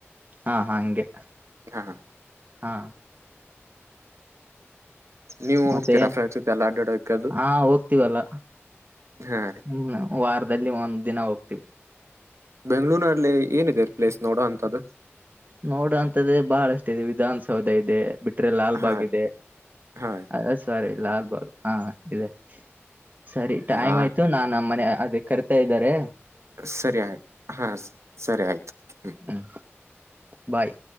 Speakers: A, on the right; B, on the right.
A: ಹಾ ಹ ಹಗೆ
B: ಹಾ
A: ಹಾ
B: ನೀವು
A: ಮತ್ತೆ
B: ಹೋಗ್ತೀರಾ ಫ್ರೆಂಡ್ಸ್ ಜೊತೆ ಎಲ್ಲ ಅಡ್ಡಾಡೋಕೆ ಅದು
A: ಹಾ ಹೋಗ್ತೀವಲ್ಲ
B: ಹಾ ರೀ
A: ಹ್ಮ ವಾರದಲ್ಲಿ ಒಂದ್ ದಿನ ಹೋಗ್ತಿೀವಿ
B: ಬೆಂಗ್ಗಳೂರ್ನಲ್ಲಿ ಏನಿದೆ ಪ್ಲೇಸ್ ನೋಡ ಅಂತ್ದ
A: ನೋಡ ಅಂತದ ಬಾಳಷ್ಟ ಇ ವಿಧಾನಸೌಧ ಇದೆ ಬಿಟ್ಟ ಲಾಲ್
B: ಹಾ
A: ಬಾಗ್ ಇದೆ
B: ಹಾ
A: ಅ ಸರಿ ಲಾಲ್ ಬಾಲ್ ಹಾ ಇದೆ ಸರಿ ಟೈಮ್
B: ನಾ
A: ಆಯ್ತು ನಾ ಮನೆ ಅದೇ ಕರಿತಾ ಇದ್ದಾರೆ
B: ಸರಿಯ್ತ ಹಾ ಸರಿ ಆಯ್ತು ಹ್
A: ಹ್ಮ್ ಬಾಯ್